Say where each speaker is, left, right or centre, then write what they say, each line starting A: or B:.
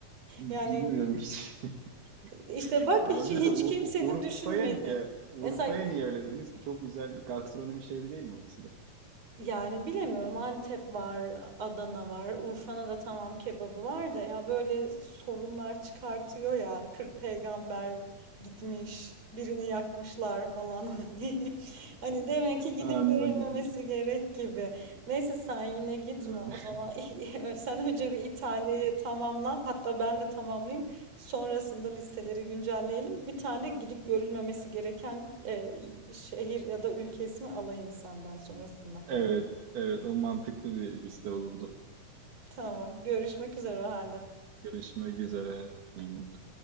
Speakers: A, on the right; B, on the right.
A: Bilmiyorum
B: Yani
A: hiç.
B: işte
A: <laughs>
B: bak
A: Olabilir
B: hiç hiç
A: de U-
B: kimsenin
A: U- Urfa'ya
B: düşünmediği.
A: niye? Urfa'ya
B: Mesela
A: niye öyle dediniz ki? Çok güzel gastronomi şehri değil mi orası da?
B: Yani bilemiyorum Antep var, Adana var, Urfa'nın da tamam kebabı var da ya böyle sorunlar çıkartıyor ya 40 peygamber gitmiş birini yakmışlar falan <laughs> hani hani demek ki gidip
A: Anladım.
B: görülmemesi gerek gibi. Neyse sen yine gitme
A: Ee,
B: o zaman <laughs> sen önce bir İtalya'yı tamamla hatta ben de tamamlayayım sonrasında listeleri güncelleyelim bir tane de gidip görülmemesi gereken e, şehir ya da ülke ismi alayım senden sonrasında.
A: Evet, evet o mantıklı bir liste olurdu.
B: Tamam. Görüşmek üzere o halde.
A: Görüşmek üzere. İyi günler.